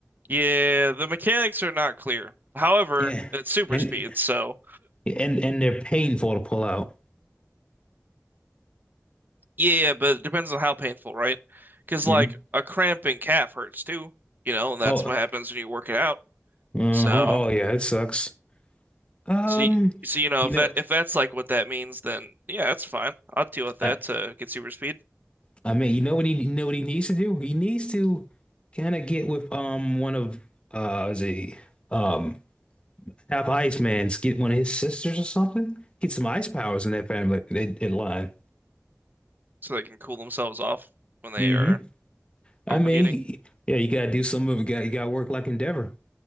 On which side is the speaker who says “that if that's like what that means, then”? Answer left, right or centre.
Right